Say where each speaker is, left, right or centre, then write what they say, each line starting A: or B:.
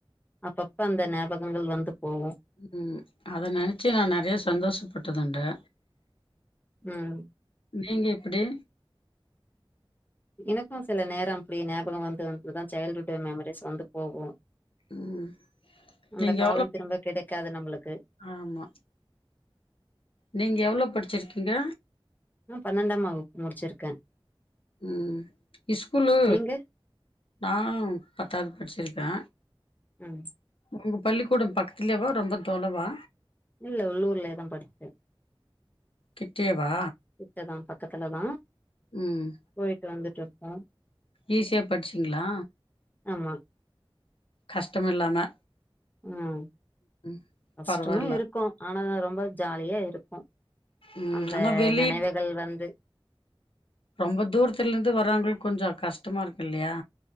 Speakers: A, on the left; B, on the left.
A: அப்பப்ப அந்த ஞாபகங்கள் வந்து போவு
B: ம் அத நெனைச்சு நா நெறைய சந்தோஷப்பட்டதுன்றே
A: ம்
B: நீங்க எப்டி
A: எனக்கு சில நேரோ அப்டி ஞாபகம் வந்து வந்துதா சைல்டுஹுட் மெமரிஸ் வந்து போகு
B: ம்
A: அந்த
B: நீங்க
A: காலம்
B: எவ்ளோ
A: திரும்ப கெடைக்காது நம்மளுக்கு
B: ஆமா நீங்க எவ்ளோ படிச்சிருக்கீங்க
A: ஆ பன்னெண்டாம் வகுப் முடிச்சிருக்கே
B: ம் ஸ்கூலு
A: நீங்க
B: நானு பத்தாவது படிச்சிருக்கே
A: ம்
B: உங்க பள்ளிக்கூடோ பக்கத்துலேவா ரொம்ப தோலவா
A: இல்ல உள்ளூர்லயே தா படிச்ச
B: கிட்டேவா
A: கிட்டதா பக்கத்துலதா
B: ம்
A: போயிட்டு வந்துட்டு இருப்போ
B: ஈஸியா படிச்சிங்ளா
A: ஆமா
B: கஷ்டம் இல்லாம
A: ம்
B: ம்
A: கஷ்டமு
B: பரவால்ல
A: இருக்கு ஆனா ரொம்ப ஜாலியா இருக்கு
B: ம்
A: அந்த
B: ஆனா வெளிய
A: நெனைவுகள் வந்து
B: ரொம்ப தூரத்துல இருந்து வராவங்களுக்கு கொஞ்சோ கஷ்டமா இருக்கு இல்லையா